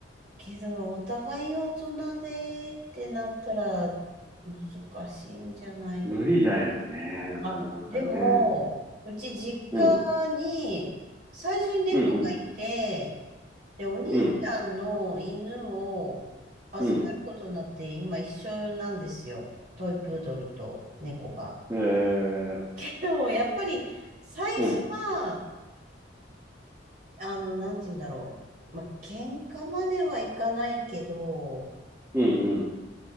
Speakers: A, on the right; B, on the right.
A: けど、お互い大人でってなったら難しいんじゃない
B: 無理だよね、なかなかね。
A: あ、でも、うち実家に最初に猫がいて、
B: うん、うんうん、
A: で、お兄ちゃんの犬を預かることになって今一緒なんですよ。
B: うん、うん。
A: トイプードルと猫が。
B: えー、
A: <laughs> でも、やっぱり最初は、
B: うん、
A: あの、なんて言うんだろう。まあ、喧嘩まではいかないけど、
B: うんうん、